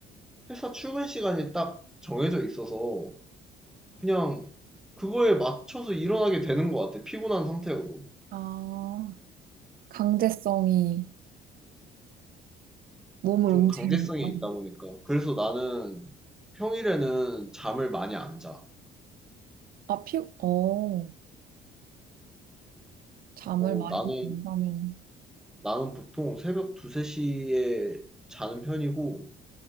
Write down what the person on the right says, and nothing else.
아, 강제성이 몸을
움직이니까.
아, 피, 어, 잠을
많이
잔다면.